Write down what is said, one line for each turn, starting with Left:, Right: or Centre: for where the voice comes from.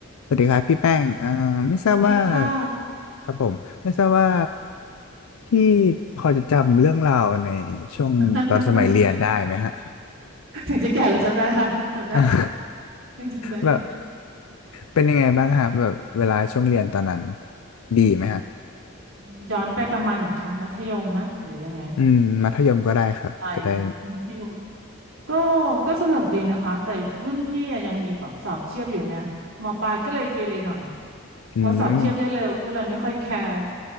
Left: สวัสดีครับพี่แป้งเอ่อไม่ทราบว่า
Right: สวัสดีค่ะ
Left: ครับผมไม่ทราบว่าพี่พอจะจำเรื่องราวในช่วงตอนสมัยเรียนได้ไหมฮะ
Right: <laughs> ถึงจะแก่แล้วจำได้ค่ะจำได้
Left: อ่า <laughs>
Right: ยังจำได้อยู่
Left: แบบเป็นยังไงบ้างฮะแบบเวลาช่วงเรียนตอนนั้นดีไหมฮะ
Right: อืมย้อนไปประมาณไหนคะมัธยมมะหรือยังไง
Left: อืมมัธยมก็ได้ครับจะได้
Right: อะไรมัธยมก็ก็สนุกดีนะคะแต่รุ่นพี่อะยังมีแบบสอบเทียบอยู่ไงมปลายก็เลยเกเรหน่อยเพราะสอบเทียบได้เร็วก็เลยไม่ค่อยแคร์
Left: อืม